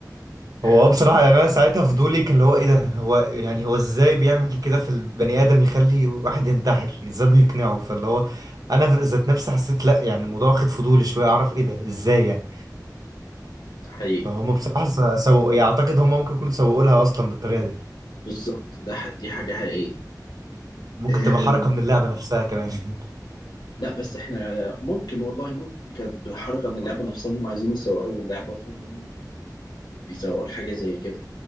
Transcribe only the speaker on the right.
هو آه بصراحة يعني أنا ساعتها فضولي كان اللي هو إيه ده هو يعني هو إزاي بيعمل كده في البني آدم يخلي واحد ينتحر إزاي بيقنعه فاللي هو أنا ذات نفسي حسيت لأ يعني الموضوع واخد فضولي شوية أعرف إيه ده إزاي يعني
فهم بصراحة س- سوقوا يعني أعتقد هم ممكن يكونوا سوقوا لها أصلا بالطريقة دي
ممكن
تبقى حركة من اللعبة نفسها كمان <laughs>